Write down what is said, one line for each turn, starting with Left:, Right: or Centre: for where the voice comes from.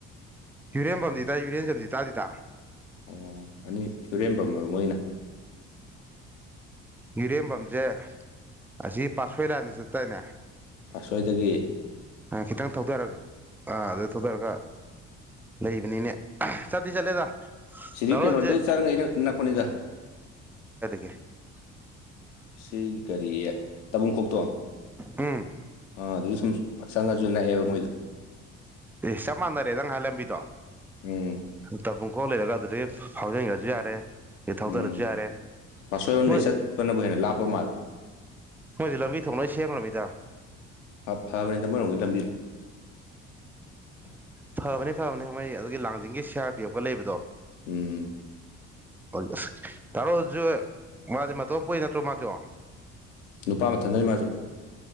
Centre: ꯌꯨꯔꯦꯟ ꯄꯝꯗꯤ ꯇꯥꯏ ꯌꯨꯔꯦꯟꯖꯝꯗꯤ ꯇꯥꯗꯤ ꯇ
Left: ꯑꯣ ꯑꯅꯤ ꯏꯨꯔꯦꯝꯕꯝ ꯃꯔꯨꯞ ꯑꯣꯏꯅ
Centre: ꯌꯔꯦꯝꯕꯝꯁꯦ ꯑꯁꯤ ꯄꯥꯁꯣꯏ ꯂꯥꯅꯤ ꯆꯠꯇꯅꯦ
Left: ꯐꯥꯁꯣꯏꯗꯒꯤ
Centre: ꯑ ꯈꯤꯇꯪ ꯊꯧꯊꯔꯒ ꯑꯥ ꯑꯗꯨ ꯊꯧꯊꯔꯒ ꯂꯩꯕꯅꯤꯅꯦ ꯆꯗꯤ ꯆꯠꯂꯦꯗ
Left: ꯁꯤꯔ
Centre: ꯗꯥꯔꯣꯟꯁꯦ
Left: ꯀꯦ ꯅꯣꯗꯗꯤ ꯆꯥꯔꯩꯅ ꯏꯟꯅ ꯄꯨꯅꯤꯗ
Centre: <inaudible>
Left: ꯁꯤ ꯀꯔꯤ ꯇꯥꯕꯨꯡꯈꯣꯛꯇꯣ
Centre: ꯎꯝ
Left: ꯑꯥ ꯑꯗꯨ ꯁꯨꯝ ꯆꯪꯉꯁꯨ ꯅꯛꯑꯦꯕ ꯃꯣꯏꯗꯣ
Centre: ꯆꯞ ꯃꯥꯟꯅꯔꯦ ꯅꯪ ꯉꯥꯏꯍꯥꯟ ꯂꯝꯕꯤꯗꯣꯨꯡ
Left: ꯎꯝ
Centre: ꯍꯀꯣꯛ ꯂꯩꯔꯒ ꯑꯗꯨꯗꯒꯤ ꯐꯥꯎꯖꯤꯟꯈ꯭ꯔꯁꯨ ꯌꯥꯔꯦ ꯑꯩ ꯊꯧꯗꯔꯁꯨ
Left: ꯎꯝ
Centre: ꯌꯥꯔꯦ
Left: ꯄꯥꯠꯁꯣꯏꯔꯣꯝꯗꯩ
Centre: ꯃꯣꯏ
Left: ꯆꯠꯄꯅꯕꯨ ꯍꯦꯟꯅ ꯂꯥꯞꯄ ꯃꯥꯜꯂꯦ
Centre: ꯃꯣꯏꯁꯦ ꯂꯝꯕꯤ ꯊꯣꯡꯅ ꯁꯦꯝꯈ꯭ꯔꯃꯤꯗ
Left: ꯐꯕꯅꯤꯗꯃꯔꯣꯝꯒꯤ ꯂꯝꯕꯤ <inaudible>
Centre: ꯐꯕꯅꯤ ꯐꯕꯅꯦ ꯃꯣꯏ ꯑꯗꯨꯒꯤ ꯂꯥꯡꯖꯤꯡꯒꯤ ꯁꯤ ꯑꯥꯔ ꯄꯤ ꯑꯣꯐꯀ ꯂꯩꯕꯗꯣ
Left: ꯎꯝ
Centre: ꯑꯁ ꯇꯥꯔꯣꯁꯨ ꯃꯥꯗꯤ ꯃꯇꯣꯝ ꯀꯨꯏ ꯅꯠꯇ꯭ꯔꯣ ꯃꯥꯗꯣ
Left: ꯅꯨꯄꯥ ꯑꯃ ꯊꯟꯅꯔꯤ ꯃꯥꯁꯨ